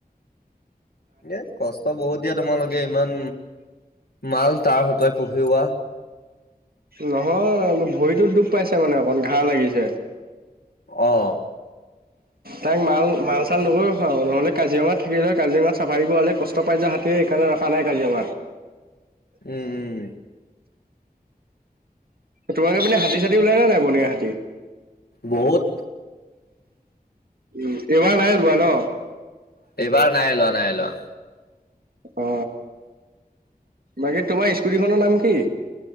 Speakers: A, on the left; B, on the right.
A: এ কষ্ট বহুত দিয়া তোমালোকে ইমান। মাল তাৰ হতে কঢ়িওৱা।
B: নহয় ভৰিটোত দুখ পাইছে মানে অকণ ঘাঁ লাগিছে।
A: আহ।
B: তাইক মাল মাল চাল নকৰৰি খাওঁ নহ'লে কাজিৰঙাত থাকিলে হয় কাজিৰঙাত চাফাৰী কৰাৱলে কষ্ট পাই যায় হেয়ে সেইকাৰণে। ৰখা নাই কাজিৰঙাত।
A: উম উম।
B: তোমাকে মাননে হাতী চাতী ওলাই নে নাই বনিয়া হাতী।
A: বহুত।
B: উ এবাৰ নাই লোৱা ন।
A: এইবাৰ নাই লোৱা নাই লোৱা।
B: অ, বাকী তোমাৰ স্কুটিখনৰ নাম কি?